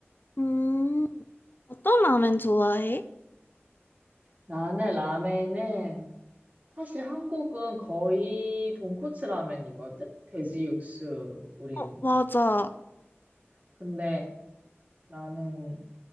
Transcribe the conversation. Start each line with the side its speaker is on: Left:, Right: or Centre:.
Left: 음, 어떤 라면 좋아해?
Right: 나는 라멘은 사실 한국은 거의 돈코츠 라면이거든? 돼지 육수, 우린.
Left: 어, 맞아.
Right: 육수. 근데 나는